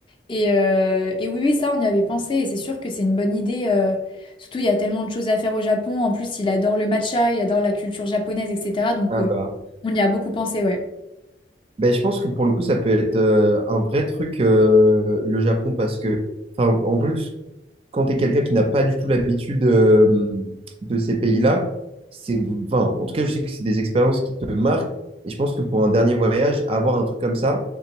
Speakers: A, on the left (about 30°); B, on the right (about 35°).
A: Et, euh, et oui, oui, ça, on y avait pensé et c'est sûr que c'est une bonne idée. euh, surtout, il y a tellement de choses à faire au Japon. En plus, il adore le matcha, il adore la culture japonaise, etc. Donc,
B: Ah
A: euh,
B: bah.
A: on y a beaucoup pensé, ouais.
B: Ben, je pense que pour le coup, ça peut être euh, un vrai truc, euh, le Japon, parce que, enfin, en plus, quand tu es quelqu'un qui n'a pas du tout l'habitude euh, de ces pays-là, c'est, enfin, en tout cas, je sais que c'est des expériences qui te marquent. Et je pense que pour un dernier voyage, avoir un truc comme ça,